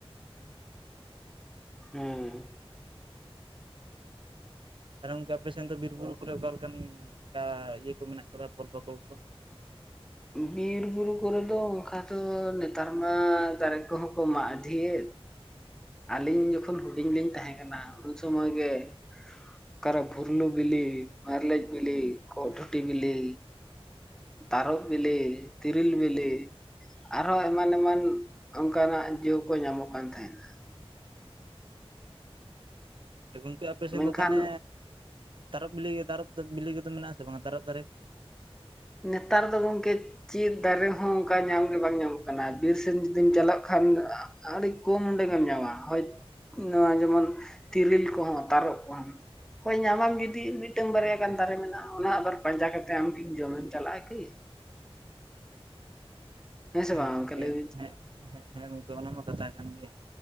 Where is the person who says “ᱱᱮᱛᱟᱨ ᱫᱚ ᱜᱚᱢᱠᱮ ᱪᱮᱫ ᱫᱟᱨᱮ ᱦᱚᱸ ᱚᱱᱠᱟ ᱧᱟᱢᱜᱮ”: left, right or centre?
Centre